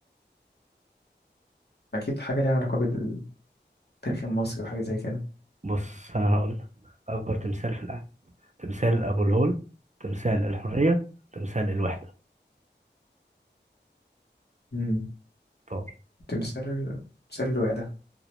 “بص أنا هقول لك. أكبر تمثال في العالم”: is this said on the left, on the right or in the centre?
Right